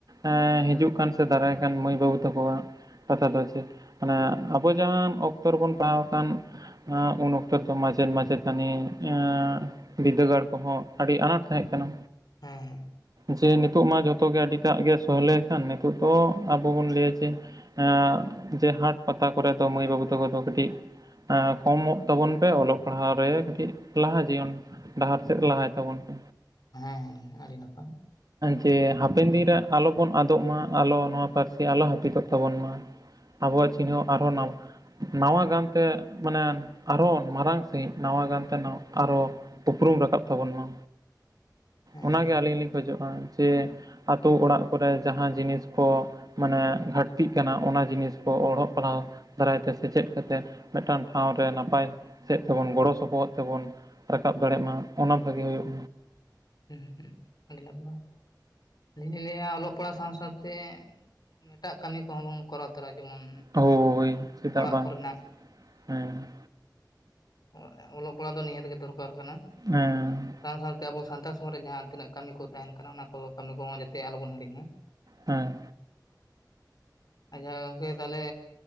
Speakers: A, on the right; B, on the left.
A: ᱮ ᱦᱤᱡᱩᱜ ᱠᱟᱱ ᱥᱮ ᱫᱟᱨᱟᱭ ᱠᱟᱱ ᱢᱟᱹᱭ ᱵᱟᱹᱵᱩ ᱛᱟᱠᱚᱣᱟᱜ ᱠᱟᱛᱷᱟ ᱫᱚ ᱪᱮᱫ? ᱢᱟᱱᱮ ᱟᱵᱚ ᱡᱟᱦᱟᱸᱟᱱ ᱚᱠᱛᱚ ᱨᱮᱵᱚᱱ ᱯᱟᱲᱟᱣ ᱟᱠᱟᱱ ᱦᱟᱸ ᱩᱱ ᱚᱠᱛᱚ ᱫᱚ ᱢᱟᱪᱮᱫ ᱢᱟᱪᱣᱛᱟᱹᱱᱤ ᱮᱟᱸ ᱵᱤᱫᱫᱟᱹᱜᱟᱲ ᱠᱚᱦᱚᱸ ᱟᱹᱰᱤ ᱟᱱᱟᱴ ᱛᱟᱦᱮᱸᱜ ᱠᱟᱱᱟ
B: ᱦᱮᱸ ᱦᱮᱸ
A: ᱡᱮ ᱱᱤᱛᱚᱜ ᱢᱟ ᱡᱚᱛᱚᱜᱮ ᱟᱹᱰᱤ <unintelligible> ᱱᱤᱛᱟᱜ ᱜᱮ ᱥᱚᱦᱞᱮ ᱟᱠᱟᱱ ᱱᱤᱛᱚᱜ ᱫᱚ ᱟᱵᱚ ᱵᱚᱱ ᱞᱟᱹᱭᱟ ᱡᱮ ᱮᱸ ᱡᱮ ᱦᱟᱴ ᱯᱟᱛᱟ ᱠᱚᱨᱮ ᱫᱚ ᱢᱟᱹᱭ ᱵᱟᱹᱵᱩ ᱛᱟᱠᱚ ᱫᱚ ᱠᱟᱹᱴᱤᱡ ᱮᱸ ᱠᱚᱢᱚᱜ ᱛᱟᱵᱚᱱ ᱯᱮ ᱚᱞᱚᱜ ᱯᱟᱲᱦᱟᱣ ᱨᱮ ᱠᱟᱹᱴᱤᱡ ᱞᱟᱦᱟ ᱡᱤᱭᱚᱱ ᱰᱟᱦᱟᱨ ᱥᱮᱫ ᱞᱟᱦᱟᱭ ᱛᱟᱵᱚᱱ ᱯᱮ
B: ᱦᱮᱸ ᱟᱹᱰᱤ ᱱᱟᱯᱟᱭ
A: ᱡᱮ ᱦᱟᱯᱮᱱ ᱫᱤᱱ ᱨᱮ ᱟᱞᱚᱵᱚᱱ ᱟᱫᱚᱜ ᱢᱟ ᱟᱞᱚ ᱱᱚᱣᱟ ᱯᱟᱹᱨᱥᱤ ᱟᱞᱚ ᱦᱟᱹᱯᱤ ᱫᱚᱜ ᱛᱟᱵᱚᱱ ᱢᱟ ᱟᱵᱚᱣᱟᱜ
B: ᱦᱮᱸ
A: ᱪᱤᱱᱦᱟᱹᱣ ᱟᱨᱦᱚᱸ ᱱᱟᱣᱟ ᱜᱟᱱ ᱛᱮ ᱢᱟᱱᱮ ᱟᱨᱚ ᱢᱟᱨᱟᱝ ᱥᱟᱺᱦᱤᱡ ᱱᱟᱣᱟ ᱜᱟᱱᱛᱮ ᱟᱨᱚ ᱩᱯᱨᱩᱢ ᱨᱟᱠᱟᱵ ᱛᱟᱵᱚᱱ ᱢᱟ
B: ᱦᱮᱸ
A: ᱚᱱᱟᱜᱮ ᱟᱹᱞᱤᱧ ᱞᱤᱧ ᱠᱷᱚᱡᱚᱜᱼᱟ ᱡᱮ ᱟᱛᱳ ᱚᱲᱟᱜ ᱠᱚᱨᱮ ᱡᱟᱦᱟᱸ ᱡᱤᱱᱤᱥ ᱠᱚ ᱢᱟᱱᱮ ᱜᱷᱟᱹᱴᱛᱤᱜ ᱠᱟᱱᱟ ᱚᱱᱟ ᱡᱤᱱᱤᱥ ᱠᱚ ᱚᱞᱚᱜ ᱯᱟᱲᱦᱟᱣ ᱫᱟᱨᱟᱭ ᱛᱮ ᱥᱮᱪᱮᱫ ᱠᱟᱛᱮᱫ ᱢᱤᱫᱴᱟᱝ ᱴᱷᱟᱶ ᱨᱮ ᱱᱟᱯᱟᱭ ᱥᱮᱫ ᱛᱮᱵᱚᱱ ᱜᱚᱲᱚ ᱥᱚᱯᱚᱦᱚᱫ ᱛᱮᱵᱚᱱ ᱨᱟᱠᱟᱵ ᱫᱟᱲᱮᱜ ᱢᱟ ᱚᱱᱟ ᱵᱷᱟᱜᱤ ᱦᱩᱭᱩᱜ
B: ᱦᱩᱸ ᱦᱩᱸ ᱟᱰᱤ ᱱᱟᱯᱟᱭ ᱟᱹᱞᱤᱧ ᱞᱤᱧ ᱞᱟᱹᱭᱟ ᱚᱞᱚᱜ ᱯᱟᱲᱦᱟᱜ ᱥᱟᱶ ᱥᱟᱶ ᱛᱮ ᱮᱴᱟᱜ ᱠᱟᱹᱢᱤ ᱠᱚᱦᱚᱸ ᱵᱚᱱ ᱠᱚᱨᱟᱣ ᱛᱚᱨᱟ ᱡᱮᱢᱚᱱ
A: ᱦᱳᱭ ᱪᱮᱫᱟᱜ
B: ᱚᱲᱟᱜ
A: ᱵᱟᱝ
B: ᱠᱚᱨᱮᱱᱟᱜ
A: ᱦᱮᱸ
B: ᱚ ᱚᱞᱚᱜ ᱯᱟᱲᱦᱟᱜ ᱫᱚ ᱱᱤᱦᱟᱹᱛ ᱜᱮ ᱫᱚᱨᱠᱟᱨ ᱠᱟᱱᱟ
A: ᱦᱮᱸ
B: ᱥᱟᱶ ᱥᱟᱶ ᱛᱮ ᱟᱵᱚ ᱥᱟᱱᱛᱟᱲ ᱥᱚᱢᱟᱡ ᱨᱮ ᱡᱟᱦᱟᱸ ᱛᱤᱱᱟᱹᱜ ᱠᱟᱹᱢᱤ ᱠᱚ ᱛᱟᱦᱮᱱ ᱠᱟᱱᱟ ᱚᱱᱟ ᱠᱚ ᱠᱟᱹᱢᱤ ᱠᱚᱦᱚᱸ ᱡᱟᱛᱮ ᱟᱞᱚ ᱵᱚᱱ ᱦᱤᱲᱤᱧ ᱢᱟ
A: ᱦᱮᱸ
B: ᱟᱪᱷᱟ ᱜᱚᱝᱠᱮ ᱛᱟᱦᱚᱞᱮ